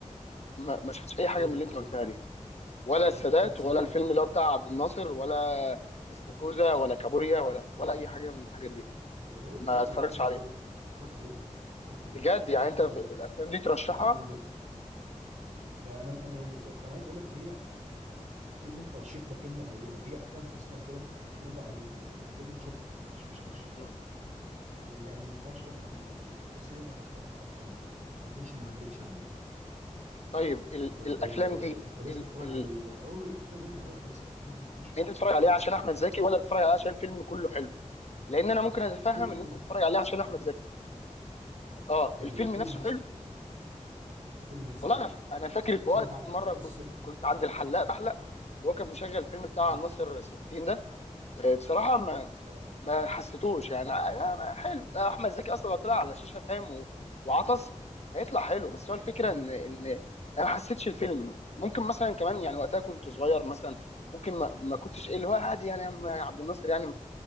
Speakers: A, on the left; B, on the right.
A: ما ما شفتش
B: استاكوزا
A: اي حاجه من اللي
B: كابوريا
A: انت قلتها دي ولا
B: لا
A: السادات
B: لا فيلم استاكوزا
A: ولا الفيلم
B: كان
A: اللي هو بتاع عبد الناصر ولا استاكوزا ولا كابوريا ولا ولا اي حاجه من الحاجات دي
B: يا راجل
A: ما
B: لا لا
A: اتفرجتش
B: لا اتفرج
A: عليه
B: عليهم اتفرج عليهم اتفرج عليهم
A: بجد يعني
B: لسه اتفرج
A: انت في
B: عليهم
A: الافلام
B: لسه
A: دي ترشحها
B: لا افلام ده انا انا يعني، انا عايز اقول لك ده هي م- م- يعني كلمه ترشيح ده كلمه قليله دي هي افلام اصلا كده مفروضه عليك كده الناس لازم تشوفها يعني مش مش ترشيحات
A: مم.
B: دي يعني ما ينفعش واحد ي- بيحب السينما ما يتفرجش على الافلام دي ما يكونش ما عدتش عليه
A: طيب ال...
B: فانت
A: الافلام
B: ما- يعني
A: دي
B: انت لازم
A: ال...
B: تتفرج
A: ال...
B: على ال- اه لا الافلام جامده قوي يا باسم الافلام جامده ملهاش حل
A: انت
B: الافلام
A: تتفرج عليها
B: جامده
A: عشان
B: جدا
A: احمد زكي ولا تتفرج عليها عشان الفيلم كله حلو لان انا ممكن اتفهم
B: لا الفيلم
A: ان
B: حلو
A: انت تتفرج عليها عشان احمد زكي اه
B: لا
A: الفيلم
B: لا الفيلم
A: نفسه
B: نفسه
A: حلو
B: حلو الفيلم نفسه
A: والله
B: حلو
A: انا ف...
B: اه
A: انا فاكر في
B: لو
A: وقت
B: انت ع-
A: في مره
B: بص
A: ك... كنت عند الحلاق بحلق وهو كان مشغل الفيلم بتاع
B: م،
A: ناصر 60 ده آه، بصراحه ما
B: اه
A: ما حسيتوش يعني آه، آه، ما حلو آه، احمد زكي اصلا لو طلع على الشاشه فاهم و- وعطس هيطلع حلو بس هو الفكره
B: م،
A: ان ان انا ما حسيتش الفيلم ممكن مثلا كمان يعني وقتها كنت صغير مثلا ممكن ما, ما كنتش ايه اللي هو عادي يعني يا عم عبد الناصر يعني